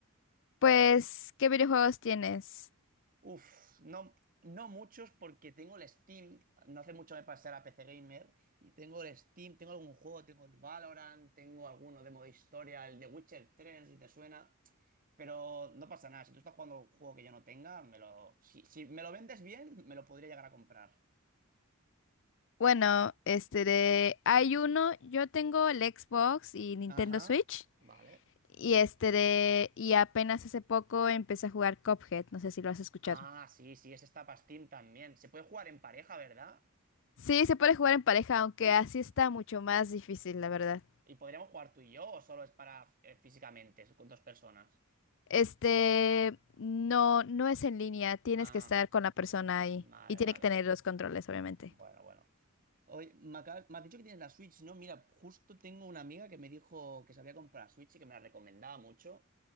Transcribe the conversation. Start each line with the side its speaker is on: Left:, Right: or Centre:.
Left: Pues, ¿qué videojuegos tienes?
Right: Uf, no, no muchos porque tengo el Steam. No hace mucho me pasé a la PC Gamer y tengo el Steam, tengo algún juego, tengo el Valorant, tengo alguno de modo historia, el de Witcher 3, no si te suena. Pero no pasa nada. Si tú estás jugando un juego que yo no tenga, me lo. Si, si me lo vendes bien, me lo podría llegar a comprar.
Left: Bueno, este de hay uno, yo tengo el Xbox y Nintendo
Right: Ajá.
Left: Switch
Right: Vale.
Left: y este de y apenas hace poco empecé a jugar Cuphead, no sé si lo has escuchado.
Right: Ah, sí, sí, ese está para Steam también. Se puede jugar en pareja, ¿verdad?
Left: Sí, se puede jugar en pareja, aunque
Right: Sí.
Left: así está mucho más difícil, la verdad.
Right: ¿Y podríamos jugar tú y yo o solo es para eh, físicamente, con dos personas?
Left: Este, no, no es en línea, tienes
Right: Ah,
Left: que estar con la persona ahí
Right: vale,
Left: y tiene
Right: vale.
Left: que tener los controles, obviamente.
Right: Bueno, bueno. Oye, me, acabas- me has dicho que tienes la Switch, ¿no? Mira, justo tengo una amiga que me dijo que se había comprado la Switch y que me la recomendaba mucho.